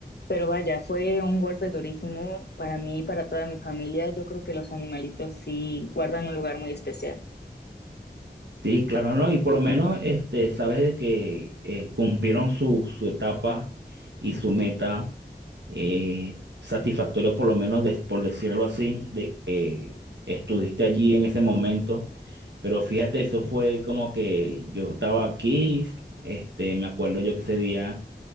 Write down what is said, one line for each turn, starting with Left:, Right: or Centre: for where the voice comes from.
Left: Pero vaya, fue un golpe durísimo para mí y para toda mi familia. Yo creo que los animalitos sí guardan un lugar muy especial.
Right: Sí, claro, no, y por lo menos este, sabes de que eh, cumplieron su, su etapa y su meta eh, satisfactoria, por lo menos de- por decirlo así, de que estuviste allí en ese momento. Pero fíjate, eso fue como que yo estaba aquí, este, me acuerdo yo que ese día